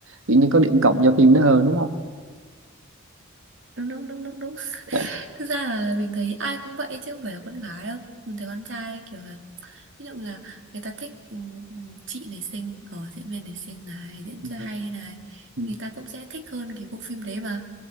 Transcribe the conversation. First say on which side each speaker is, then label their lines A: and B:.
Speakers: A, on the right; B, on the right.
A: kiểu như có điểm cộng cho phim đó hơn đúng không?
B: đúng đúng đúng đúng đúng
A: Dạ.
B: Thực ra là mình thấy ai cũng vậy chứ không phải là con gái đâu. Mình thấy con trai kiểu là ví dụ là người ta thích ừm, ừm, chị này xinh, ở diễn viên này xinh này, diễn
A: Ừ.
B: xuất hay này,
A: Ừ.
B: người ta cũng sẽ thích hơn cái bộ phim đấy mà.